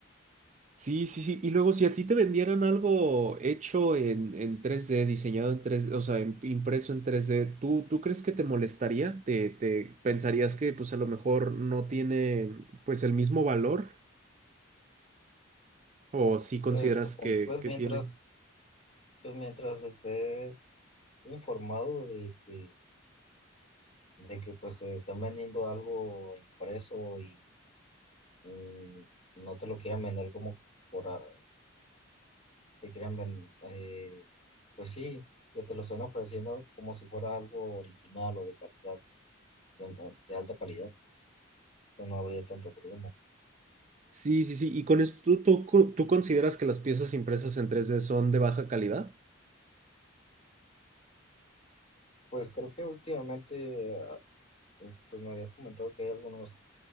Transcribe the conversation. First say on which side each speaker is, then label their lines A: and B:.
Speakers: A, on the right; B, on the left.
A: Sí, sí, sí. Y luego, si a ti te vendieran algo hecho en, en 3D, diseñado en 3D, o sea, en- impreso en 3D, ¿tú, tú crees que te molestaría? ¿Te, te pensarías que pues a lo mejor no tiene pues el mismo valor? ¿O sí consideras
B: Pues supon-
A: que,
B: pues
A: que
B: mientras,
A: tiene?
B: pues mientras estés informado de que, de que pues te están vendiendo algo impreso y mm, no te lo quieran vender como por, a- te quieran vender, pues sí, que te lo están ofreciendo como si fuera algo original o de calidad, de de alta calidad. pues no habría tanto problema.
A: Sí, sí, sí. ¿Y con esto tú, tú, co- tú consideras que las piezas impresas en 3D son de baja calidad?
B: Pues creo que últimamente, ah, pues me habías comentado que hay algunos